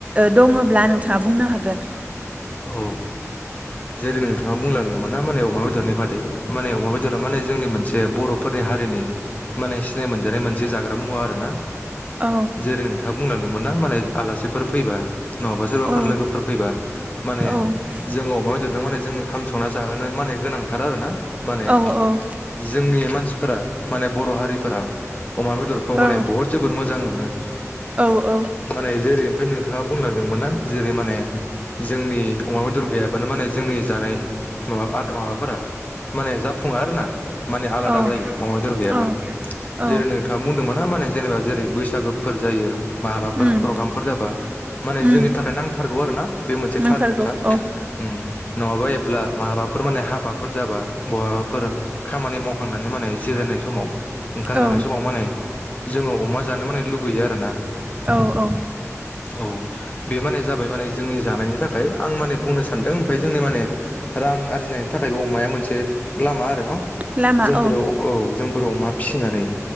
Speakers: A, on the right; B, on the left.
A: दङब्ला नोंथाङा बुंनो हागोन।
B: औ जेरै नोंथाङा बुंलांदोंमोन ना माने अमा बेदरनि बादै माने अमा बेदरा माने जोंनि मोनसे बर'फोरनि हारिनि माने सिनाय मोनजानाय मोनसे जाग्रा मुवा आर ना।
A: औ
B: जेरै नोंथां बुंनांदोंमोन ना माने आलासिफोर फैबा नङाबा सोरबाफोर
A: औ
B: लोगोफोर फैबा माने
A: औ
B: जोंङो अमा बेदर माने जोङो खाम संना जाहोनो माने गोनांथार आरो ना। माने
A: औ औ
B: जोंनि मानसि फोर माने बर'हारिफोरा अमा बेदरखौ
A: औ
B: माने बहुत जोबोद मोजां मोनो
A: औ औ
B: माने जेरै ओमफफ्राय नोंथाङा बुंलांदोंमोन ना जेरै माने जोंनि अमा बेदर गैयाबानो माने जोंनि जानाय माबा आद माबाफोरा माने जाफुङो आरो ना माने आलादा
A: औ
B: जायो अमा बेदर गैयाबा
A: औ औ
B: जेरै नोंथाङा बुं दोंमोन ना माने जेनेबा जेरै बैसागुफोर जायो‌। माबाफोर
A: उम
B: प्रग्रामफोर जाबा माने
A: उम
B: जोंनि थाखाय नांथारगौ आरो ना बे मोनसे
A: नांथारगौ
B: थार खोथा
A: औ
B: उम। नङाबा एब्ला महाबाफोर माने हाबाफोर जाबा बहाबाफोर खामानि मावखांनानै माने जिरायनाय समाव ओंखाम
A: औ
B: जानाय समाव माने जोङो अमा जानो माने लु गैयो आरोना
A: औ औ
B: औ बे माने जाबाय माने जोंनि जानायनि थाखाय आं माने बुंनो सानदों बे जोंनि माने रां आरजिनायनि थाखायबो अमाया मोनसे लामा आरो न
A: लामा
B: जोंफोरो
A: औ
B: औ जों अमा फिसिनानै